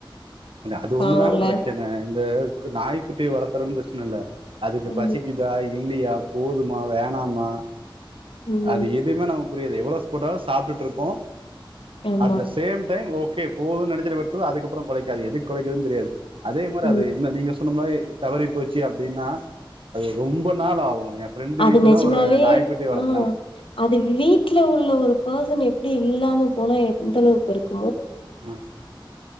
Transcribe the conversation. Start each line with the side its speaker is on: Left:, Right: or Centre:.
Right: அந்த அது ஒண்ணுதாங்க
Left: பாவோல்ல
Right: பிரச்சன இந்த கு நாய்க்குட்டிய வளத்தறன்னு பிரச் நல்ல அதுக்கு
Left: ம்
Right: பசிக்குதா இல் இல்லயா போதுமா வேணாமா
Left: ம்
Right: அது எதுவுமே நம் புரியாது எவ்வளோ போட்டாலு சாப்ட்டு இருக்கு
Left: ஆமா
Right: அட் த சேம் டைம் ஓக் ஓகே போதுன்னு நினைச்சத அடுத்து அதுக்கப்பறோ கொலைக்காது அது எதுக்கு கொலைக்குதுன்னு தெரியாது அதே மாரி
Left: ம்
Right: அது இந்த நீங்க சொ இப்ப இந்த மாரி தவறி போச்சு அப்டின்னா அது ரொம்ப நாள் ஆவோ என் ஃப்ரெண்ட்
Left: அது
Right: வீட்லல்லா
Left: நெஜமாவே
Right: ஒரு நாய்குட்டி வளத்து
Left: ஆ அது வீட்ல உள்ள ஒரு பர்சன் எப்டி இல்லாம போனா எந்த அளவுக்கு இருக்கு
Right: ஆ